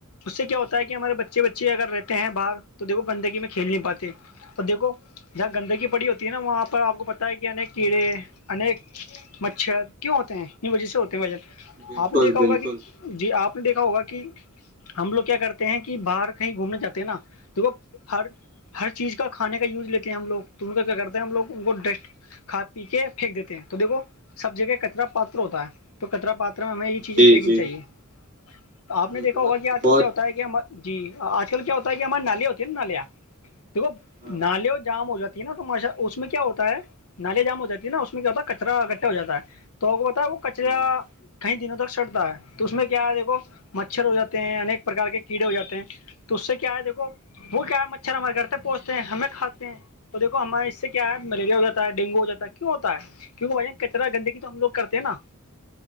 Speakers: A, on the left; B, on the right.
A: اس سے کیا ہوتا ہے کہ ہمارے بچے بچے اگر رہتے ہیں باہر تو دیکھو گندگی میں کھیل نہیں پاتے تو دیکو جہاں گندگی پڑی ہوتی ہے نا وہاں پر آپ کو پ ہوتا ہے کہ ان کیڑے انیک مچھر کیوں ہوتے ہیں ان وجہ سے ہوتے ہیں بھن
B: بالکل
A: آپ نے دیکھا
B: بالکل
A: ہوگا کہ جی آپ نے دیکھا ہوگا کہ ہم لوگ کیا کرتے ہیں کہ باہر کہیں گھومنے جاتے ہیں نا دیکھو ہر ہر چیز کا کھانے کا یو لیتے ہم لوگ تو ان کا کیا کرتے ہیں ہم لوگ کو ڈسٹ کھ پی کے پھینک دیتے ہیں تو دیکھو سب جگہ کچرا پاتر ہوتا ہے تو کترا پاتر میں ہمیں یہ چیزیں
B: جی
A: پھیننی
B: جی
A: چاہیے تو آپ
B: جی
A: نے دیکھا
B: بہت
A: ہوگا کہ آج
B: بہت
A: کل کیا ہوتا ہے کہ ہم جی آج کل کیا ہوتا ہے کہ ہمار نالے ہوتی ہیں نا نالیاں دیکھو
B: ہاں
A: نالی جام ہو جاتے نا تواشا اس میں کیا ہوتا ہے نالے جام ہو جاتی ہیں نا اس میں کیا ہوتا ہے کچرا اکٹھا ہو جات ہے تو وہ بتا ہے وہ کچرا
B: ہاں
A: کئی دنوں تک سڑتا ہے تو اس میں کیا ہے دیکھو مچھر ہو جاتے ہیں انیک پرکار کے کیڑے ہو جاتے ہیں تو اس سے کیا ہے دیکھو وہ کیا ہے مچھر ہمارے گھر تک پہنچتے ہیں ہمیں کھاتے ہیں تو دیکو ہمار اس سے کیا ہے ملیریا وغہ ہے ڈینگو ہو جا ہے کیوں ہوتا ہے کیکہ بھائی کچرا گندگی تو ہم لگ کرتے ہیں نا